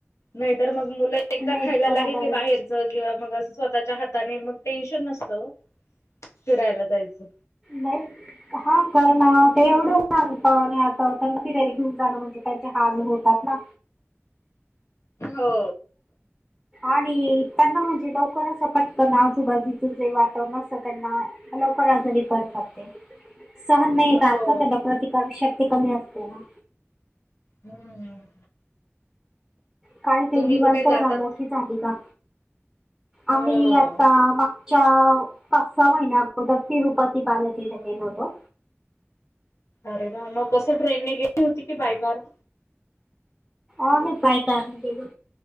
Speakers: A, on the left; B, in the centre.
A: नाहीतर मग मुलं एकदा
B: नाही
A: खायला
B: बरोबर
A: लागले की
B: आहे
A: बाहेर चं किंवा मग असं स्वतःच्या हातानी, मग टेन्शन नसतं ओ. फिरायला जायचं
B: नाई. हा, कारण ते <unintelligible> फिरायला घेऊन जाणं म्हणजे त्याचे हाल होतात ना
A: हो.
B: आणि त्यांना म्हणजे लवकर असं पटकन आजूबाजूचं जे वातावरण असतं त्यांना लवकर आजारी पडतात ते. सहन नाही येत
A: हो
B: त्यांना प्रतिकारक शक्ती कमी असते ना
A: हम्म.
B: काय ते
A: तुम्ही
B: निवांत
A: कुठे जातात?
B: जा मोठी झाली का
A: हो
B: आम्ही आता माग च्या पाच, सहा महिन्या अगोदर तिरुपती बालाजी ला गेलो होतो.
A: अरे वा! मग कसं ट्रेननेे गेली होती क बाय कार?
B: आमी बाय कार गेलो.